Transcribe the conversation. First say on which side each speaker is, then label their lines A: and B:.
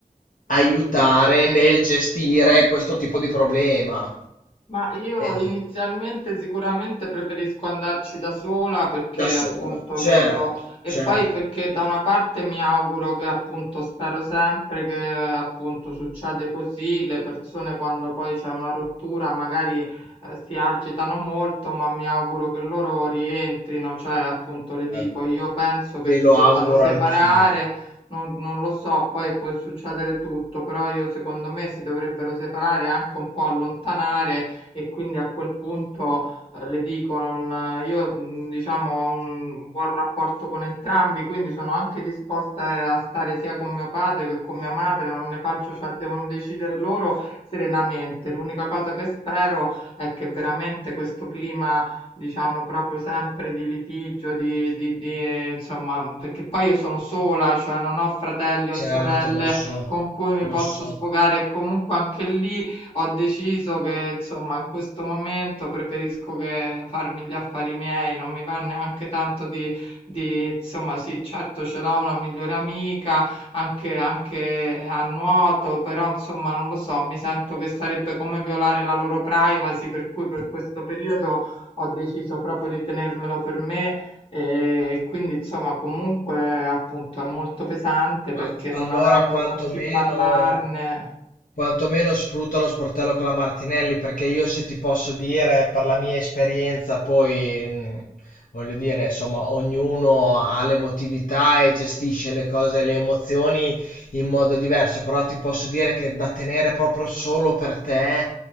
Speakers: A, on the left; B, on the left.
A: aiutare nel gestire questo tipo di problema.
B: Ma io
A: Eh,
B: inizialmente sicuramente preferisco andarci da sola perché
A: da sola,
B: appunto
A: certo,
B: vedo e
A: certo.
B: poi perché da una parte mi auguro che appunto spero sempre che appunto succede così, le persone quando poi c'è una rottura magari eh, si agitano molto, ma mi auguro che loro rientrino, cioè appunto le dico,
A: Eh,
B: io penso che
A: Ve
B: si
A: lo
B: debbano
A: auguro
B: separare.
A: anch'io.
B: Non, non lo so, poi può succedere tutto, però io secondo me si dovrebbero separare e anche un po' allontanare e quindi a quel punto eh, le dico, non, io mh, diciamo ho un buon rapporto con entrambi, quindi sono anche disposta eh, a stare sia con mio padre che con mia madre, non ne faccio, cioè devono decidere loro serenamente. L'unica cosa che spero è che veramente questo clima diciamo proprio sempre di litigio, di, di, di, eh, insomma, mm, perché poi io sono sola, cioè non ho fratelli
A: Certo,
B: o sorelle
A: lo so,
B: con cui mi
A: lo
B: posso
A: so.
B: sfogare, e comunque anche lì ho deciso che, insomma, in questo momento preferisco che farmi gli affari miei, non mi va neanche tanto di, di insomma, sì, certo ce l'ho una migliore amica, anche, anche a nuoto, però, insomma, non lo so, mi sento che sarebbe come violare la loro privacy, per cui per questo periodo ho deciso proprio di tenermelo per me. E quindi insomma comunque appunto è molto pesante perché
A: A-
B: non
A: allora
B: avendo
A: quantomeno
B: con chi parlarne.
A: Quantomeno sfrutta lo sportello con la Martinelli, perché io se ti posso dire, per la mia esperienza, poi mh, voglio dire, insomma, ognuno ha l'emotività e gestisce le cose, le emozioni in modo diverso, però ti posso dire che da tenere proprio solo per te,